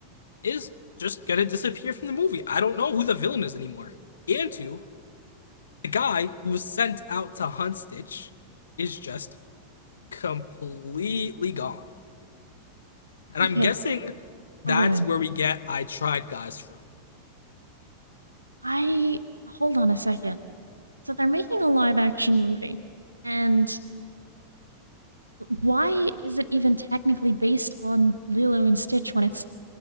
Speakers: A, on the left; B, on the right.
A: is just gonna disappear from the movie. I don't know who the villain is anymore. Gantu, the guy who was sent out to hunt Stitch, is just completely gone. And
B: Okay,
A: I'm guessing
B: hold. Oh,
A: that's
B: go ahead.
A: where we get I tried guys from.
B: I hold on a second. So they're making a live action movie, and why is it even technically based on Lilo and Stitch when it's